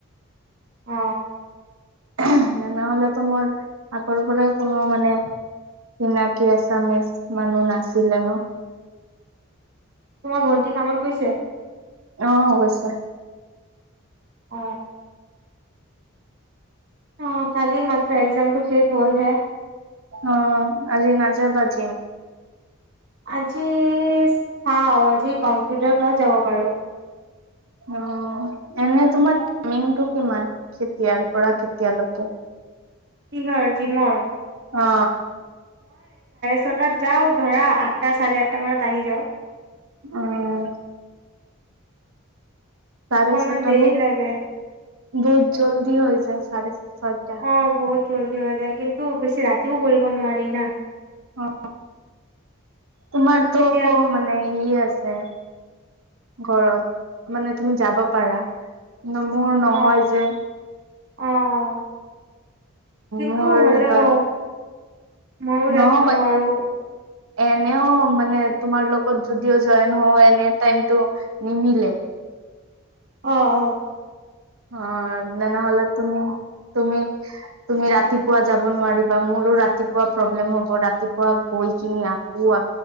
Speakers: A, on the right; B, on the right.
A: অ
B: ন নহলেতো মোৰ আগৰ পৰাই কোনো মানে চিনাকি এছামিজ মানুহ নাছিলে ন
A: তোমাৰ ভণ্টি কামত গৈছে
B: আহ গৈছে
A: অ অ কালি মাত্ৰ একজামটো শেষ হ'লহে
B: অ আজি নাযাবা যিম
A: আজি চাওঁ আজি কম্পিউটাৰ ক্লাছ যাব পাৰো
B: অ এনে তোমাৰ টাইমিংটো কিমান কেতিয়াৰ পৰা কেতিয়ালৈকে
A: কিহৰ যিমৰ
B: অ
A: ছটাত যাও ধৰা আঠটা চাৰে আঠটা মানত আহি যাওঁ
B: উম চাৰে
A: অকনমান
B: ছটা
A: দেৰি
B: বহুত
A: লাগে
B: বহুত জল্দি হৈ যায় চাৰে ছয়টা।
A: অ বহুত জল্দি হৈ যায় কিন্তু বেছি ৰাতিও কৰিব নোৱাৰি না
B: অ তোমাৰটো
A: তেতিয়া
B: আকৌ মানে সৰি আছে ঘৰত মানে তুমি যাব পাৰা মোৰ নহয়
A: অ
B: যে
A: অ অ কিন্তু
B: মোৰ
A: হলেও
B: বা
A: মইয়ো যাব
B: নহ'ব
A: নোৱাৰো
B: এনেও মানে তোমাৰ লগত যদিও জইন হও এনেও টাইমটো নিমিলে
A: অ অ
B: অ তেনেহলে তুমি তুমি তুমি ৰাতিপুৱা যাব নোৱাৰিবা মোৰো ৰাতিপুৱা প্ৰব্লেম হব ৰাতিপুৱা গৈ কিনি আকৌ